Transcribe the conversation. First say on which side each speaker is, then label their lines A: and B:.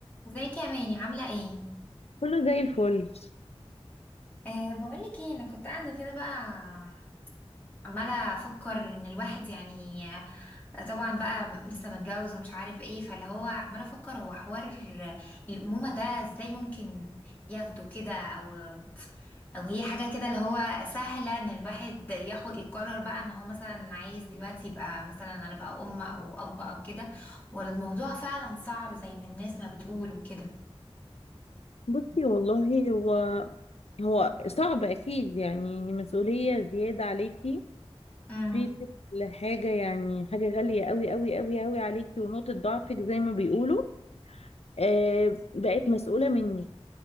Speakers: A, on the left (about 15°); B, on the left (about 80°).
A: ازيك يا ماني عاملة ايه؟
B: كله زي الفل
A: أه بقولك ايه انا كنت قاعدة كده بقى عمالة افكر ان الواحد يعني آه، طبعا بقى لسه متجوز ومش عارف ايه فاللي هو عمالة افكر هو حوار الأمومة ده ازاي ممكن ياخده كده او او هي حاجة كده اللي هو سهلة ان الواحد ياخد يقرر بقى ان هو مثلا عايز دلوقتي يبقى مثلا انا بقى ام او اب او كده ولا الموضوع فعلا صعب زي ما الناس ما بتقول وكده
B: بصي والله هو هو صعب اكيد يعني مسؤولية زيادة عليكي
A: امم
B: في كل حاجة يعني حاجة غالية قوي قوي قوي قوي عليكي ونقطة ضعفك زي ما بيقولوا آه بقت مسؤولة منك